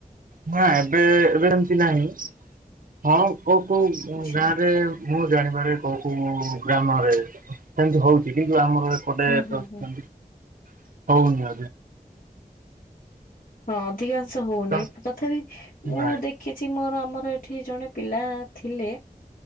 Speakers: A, on the right; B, on the left.
A: ନାଁ ଏବେ ଏବେ ଏମିତି ନାହିଁ ହଁ। କୋଉ କୋଉ
B: ଆଚ୍ଛା
A: ଗାଁରେ ମୁଁ ଜାଣିବାରେ କୋଉ କୋଉ ଗ୍ରାମରେ ସେମିତି ହଉଛି କିନ୍ତୁ ଆମର ଏପଟେ
B: ହୁଁ ହୁଁ
A: ହଉନି।
B: ହୁଁ ହଁ ଅଧିକାଂଶ ହଉନି
A: ତ
B: ତଥାପି ମୁଁ
A: ନାଇଁ
B: ଦେଖିଛି ମୋର ଆମର ଏଠି ଜଣେ ପିଲା ଥିଲେ